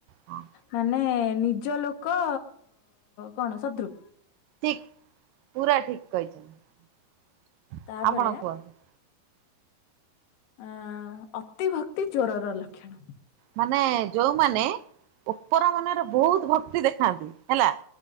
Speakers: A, on the right; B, on the left.
A: ହଁ
B: ମାନେ ନିଜ ଲୋକ କଣ ଶତ୍ରୁ?
A: ଠିକ ପୁରା ଠିକ କହିଛନ୍ତି
B: ତାପରେ
A: ଆପଣ କୁହନ୍ତୁ?
B: ଆଁ ଅତିଭକ୍ତି ଚୋରର ଲକ୍ଷଣ।
A: ମାନେ ଯୋଉମାନେ ଉପର ମନରେ ବହୁତ ଭକ୍ତି ଦେଖାନ୍ତି ହେଲା